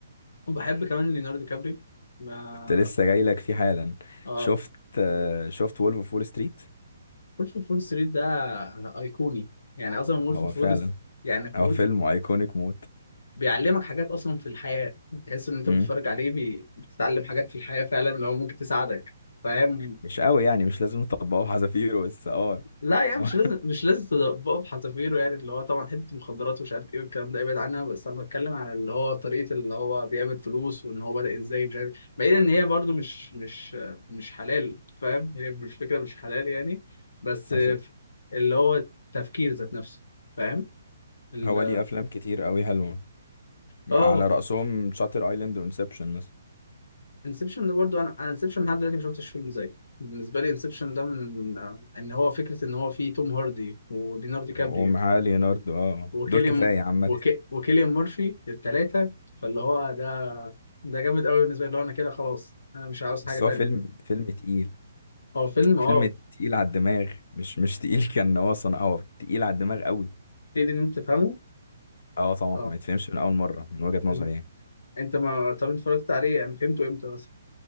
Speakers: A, on the left; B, on the left.
A: وبحب كمان ليوناردو كابري ما
B: كنت لسه جاي لك فيه حالا
A: اه
B: شفت آه، شفت وولف اوف وول ستريت
A: وولف اوف وول ستريت ده ايقوني يعني اصلا وولف
B: هو
A: اوف
B: فعلا
A: وول يعني في
B: هو
A: وولف
B: فيلم ايكونيك موت
A: بيعلمك حاجات اصلا في الحياه تحس ان انت
B: مم.
A: بتتفرج عليه بي... بتتعلم حاجات في الحياه فعلا لو ممكن تساعدك فاهم
B: مش قوي يعني مش لازم نطبقه حذافيره بس اه
A: لا يعني
B: <laughs>
A: مش لازم مش لازم بقى بحذافيره يعني اللي هو طبعا حته مخدرات ومش عارف ايه والكلام ده ابعد عنها بس انا بتكلم على اللي هو طريقه اللي هو بيعمل فلوس وان هو بدأ ازاي مش عارف بعيدا ان هي برضو مش مش مش حلال فاهم هي مش فكره مش حلال يعني بس
B: حصل
A: اللي هو التفكير ذات نفسه فاهم ال-
B: هو ليه افلام كتير قوي حلوه على
A: اه
B: رأسهم شاتر ايلاند وانسبشن مثلا
A: انسبشن ده برضو انا انا انسبشن لحد دلوقتي ما شفتش فيلم زيه بالنسبه لي انسبشن ده من ان هو فكره ان هو فيه توم هاردي ودينارdo دي كابري
B: ومعاه ليوناردو اه
A: وكيليان
B: دول كفايه عامه
A: وك... وكيليان مورفي التلاتة فاللي هو ده ده جامد قوي بالنسبة لي اللي هو انا كده خلاص انا مش عاوز
B: بس
A: حاجة تانية
B: هو فيلم فيلم تقيل
A: هو فيلم
B: فيلم
A: اه
B: تقيل على الدماغ مش مش تقيل <laughs> كان هو صنع اه تقيل على الدماغ قوي
A: تبتدي ان انت تفهمه
B: اه طبعا
A: اه
B: ما يتفهمش من اول مره من وجهه نظري
A: إن-
B: يعني
A: انت ما طب أنت اتفرجت عليه يعني فهمته امتى مثلا